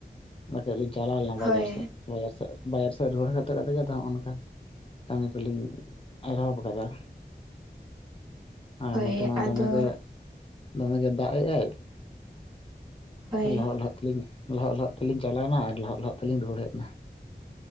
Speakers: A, on the left; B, on the right.
A: ᱵᱟᱠᱷᱟᱡ ᱞᱤᱧ ᱪᱟᱞᱟᱣ ᱞᱮᱱᱟ
B: ᱦᱳᱭ
A: ᱵᱟᱡᱟᱨ ᱥᱮᱫ ᱵᱟᱡᱟᱨ ᱥᱮᱫ ᱨᱮ, ᱵᱟᱡᱟᱨ ᱥᱮᱫ ᱨᱩᱣᱟᱹᱲ ᱦᱮᱡ ᱠᱟᱛᱮ ᱜᱮᱛᱚ ᱟᱫᱚ ᱱᱚᱜᱼᱚ ᱱᱚᱝᱠ ᱠᱟᱹᱢᱤ ᱠᱚᱞᱤᱧ ᱮᱛᱚᱦᱚᱵ ᱟᱠᱟᱫᱟ, ᱟᱨ
B: ᱦᱳᱭ
A: ᱱᱚᱛᱮ ᱢᱟ
B: ᱟᱫᱚ
A: ᱫᱚᱢᱮᱜᱮ ᱫᱚᱢᱮ ᱜᱮ ᱫᱟᱜ ᱮᱜ-ᱟᱭ
B: ᱦᱳᱭ
A: ᱚᱜ ᱞᱚᱦᱚᱫ ᱞᱚᱦᱚᱫ ᱛᱮ, ᱞᱤᱧ ᱞᱚᱦᱚᱫ ᱞᱚᱦᱚᱫ ᱛᱮᱞᱤᱧ ᱪᱟᱞᱟᱣᱱᱟ, ᱟᱨ ᱞᱚᱦᱚᱫ ᱞᱚᱦᱚᱫ ᱛᱮᱞᱤᱧ ᱨᱩᱣᱟᱹᱲ ᱦᱮᱡᱱᱟ᱾